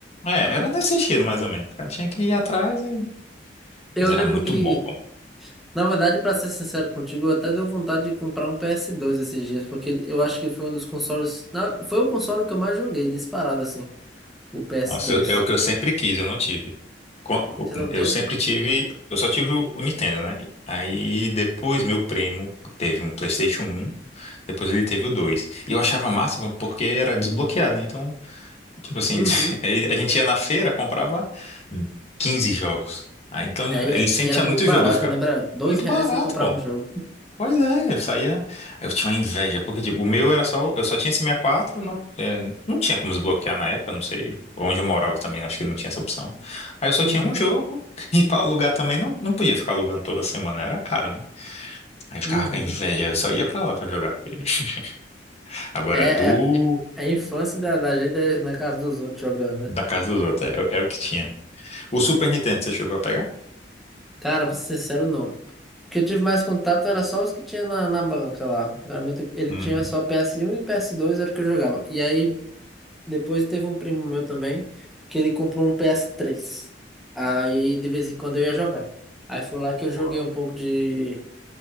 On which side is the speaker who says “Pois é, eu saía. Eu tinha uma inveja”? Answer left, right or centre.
Left